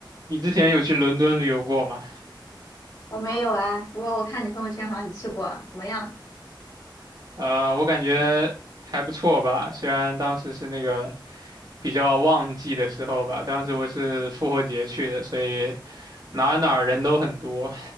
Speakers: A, on the right; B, on the left.
A: 你之前有去伦敦旅游过吗？
B: 我没有哎，不过我看你朋友圈好像你去过，怎么样？
A: 呃，我感觉还不错吧，虽然当时是那个比较旺季的时候吧，当时我是复活节去的，所以哪儿哪儿人都很多，